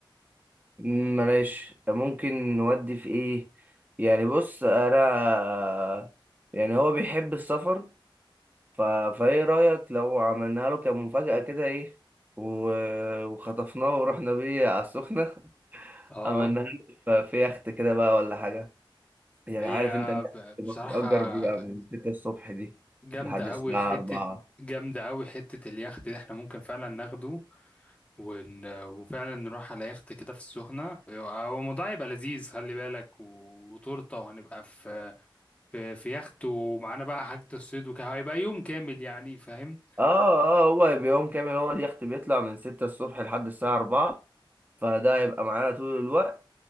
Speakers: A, on the right; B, on the left.
A: مم، معلش ممكن نودي في ايه يعني بص انا يعني هو بيحب السفر ف... فايه رأيك لو عملناها له كمفاجأة كده ايه و... وخطفناه ورحنا بيه على السخنة <laughs>
B: اه
A: عملناها له في في يخت كده بقى ولا حاجة يعني
B: هي
A: عارف انت
B: ب-
A: اللي
B: بصراحة
A: بتأجر بيبقى من 6 الصبح دي
B: جامدة
A: لحد الساعة
B: أوي حتة
A: 4
B: جامدة أوي حتة اليخت ده احنا ممكن فعلا ناخده ون... وفعلا نروح على يخت كده في السخنة هو الموضوع يبقى لذيذ خلي بالك و- وتورتة وهنبقى في في, في يخت ومعانا بقى حاجة الصيد وكده هيبقى يوم كامل يعني فاهم
A: اه اه هو بيوم كامل هو اليخت بيطلع من 6 الصبح لحد الساعة 4 فده هيبقى معانا طول الوقت